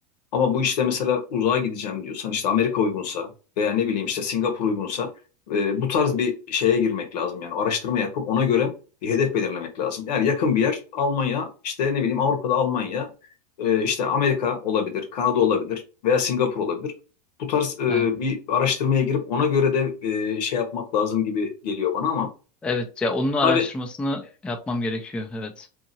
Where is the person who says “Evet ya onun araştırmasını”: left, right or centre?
Centre